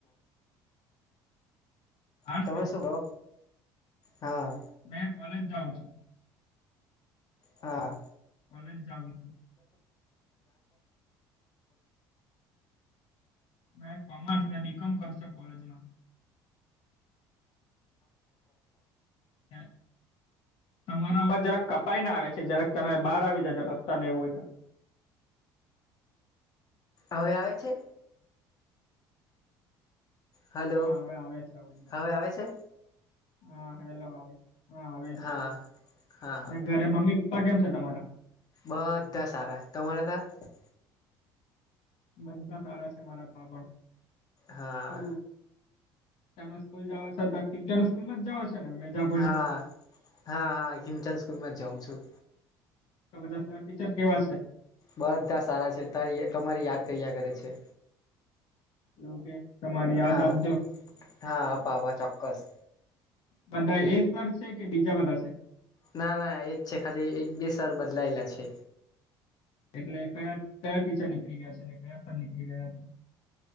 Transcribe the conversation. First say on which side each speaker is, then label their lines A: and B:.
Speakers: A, on the left; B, on the left.
A: આર્ટસ
B: તમે
A: લીધું
B: શું કહો? હા.
A: મેં કોલેજ જાઉં છું.
B: હા.
A: કોલેજ જઉું છું. મે કોમર્સના <inaudible> કોલેજમાં. હમ તમારા અવાજ જરાક કપાઈને આવે છે જરાક તમે બહાર આવી જજો રસ્તા ને એવો હોય તો
B: હવે આવે છે હલો
A: હા હવે આવે છે અવાજ બરાબર
B: હવે આવે છે
A: હા હેલો આવે હા આવે છે
B: હા હા
A: ઘરે મમ્મી પપ્પા કેમ છે તમારા?
B: બધા સારા તમારે તા
A: બાધા સારા છે મારા તા પણ
B: હા
A: તું તમેં સ્કૂલ જાઓ છો <unintelligible> સ્કૂલમાં જાઓ છો <unintelligible>
B: હા હા હા કિમચંદ સ્કૂલ માં જ જાઉં છું
A: બધા તા ટીચર કેવા છે
B: બધા સારા છે તારી તમારી યાદ કર્યા કરે છે
A: એવું કે તમારી યાદ
B: હા
A: આપજો
B: હા આપા આપા ચોક્કસ
A: બધા એ સર છે કે બીજા બધા છે
B: ના ના એજ છે ખાલી એક બે સર બદલાયેલા છે
A: એટલે કયા કયા ટીચર નીકળી ગયા છે અને કયાં સર નીકળી ગયા છે